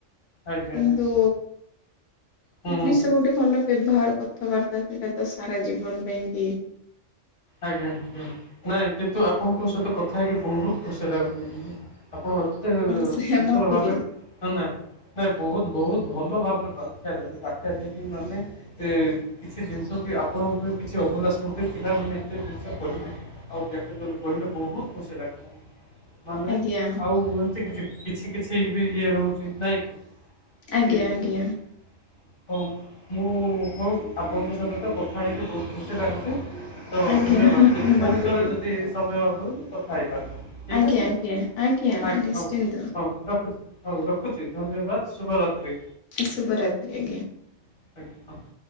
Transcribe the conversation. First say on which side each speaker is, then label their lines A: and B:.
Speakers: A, on the left (about 45°); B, on the left (about 70°).
A: ଆଜ୍ଞା
B: କିନ୍ତୁ
A: ଆଜ୍ଞା ହୁଁ
B: ମଣିଷର ଗୋଟେ ଭଲ ବ୍ୟବହାର କଥାବାର୍ତ୍ତା ସେଟା ତ ସାରା ଜୀବନ ପାଇଁକି।
A: ଆଜ୍ଞା ଆଜ୍ଞା ନାଇଁ କିନ୍ତୁ ଆପଣଙ୍କ ସହିତ କଥା ହେଇକି ବହୁତ ଖୁସି ଲାଗୁ <unintelligible> ଆପଣ ଏତେ
B: ସେ
A: ସୁନ୍ଦର
B: ମତେ
A: ଭାବେ
B: ବି
A: ନା ନାହିଁ। ନାଇ ବହୁତ ବହୁତ ଭଲ ଭାବରେ ବାଖ୍ୟା ଦେଲେ ବାଖ୍ୟା ଦେଇକି ମାନେ। କିଛି ଜିନିଷ କି ଆପଣଙ୍କ ପାଇଁ କିଛି ଅଭୁଲା ସ୍ମୃତି ଥିଲା ବୋଲି। ସେ ଜିନିଷ କହିଲି ଆଉ ବ୍ୟାଖ୍ୟା କରି କହିଲେ ବହୁତ ଖୁସି ଲାଗିଲା। ମାନେ
B: ଆଜ୍ଞା
A: ଆଉ ଏମିତି କିଛି କିଛି କିଛି ବି ଇଏ ରହୁଛି ନାଇଁ କି।
B: ଆଜ୍ଞା
A: ସେଇ ବିଷୟରେ।
B: ଆଜ୍ଞା
A: ହଉ ମୁଁ ହଉ ଆପଣଙ୍କ ସହିତ ତ କଥା ହେଇକି ବହୁତ ଖୁସି ଲାଗୁଛି। ତ
B: ଆଜ୍ଞା
A: ଧନ୍ଯବାଦ ପୁଣି
B: ମତେ
A: ଥରେ
B: ବି
A: ଯଦି ସମୟ ହୁଏ କଥା ହେଇପାରି ଠିକ
B: ଆଜ୍ଞା
A: ଅଛି
B: ଆଜ୍ଞା
A: ଆଜ୍ଞା
B: ନିଶ୍ଚିନ୍ତ
A: ହଉ ହଉ ରଖୁଛି ହଉ ରଖୁଛି ଧନ୍ୟ <unintelligible> ଶୁଭରାତି।
B: ଶୁଭ ରାତ୍ରି ଆଜ୍ଞା।
A: <inaudible>